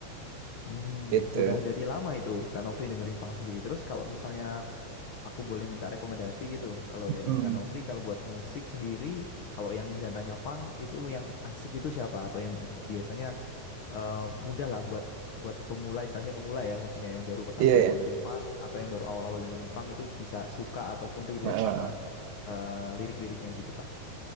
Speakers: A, on the left; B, on the right.
A: hmm
B: gitu
A: udah dari lama itu Kanofri dengerin punk sendiri terus kalau misalnya Aku boleh minta rekomendasi gitu. Kalau dari
B: Mm.
A: Kanofri, kalau buat musik sendiri, kalau yang genre-nya punk itu yang asik itu siapa? Atau yang biasanya eh, mudah lah buat buat pemula, istilahnya pemula ya mungkin ya, yang baru pertama
B: iya
A: kali
B: ya
A: dengerin punk atau yang baru awal-awal dengerin punk itu bisa suka ataupun relate
B: Heeh.
A: sama eh, lirik-liriknya gitu, Kak.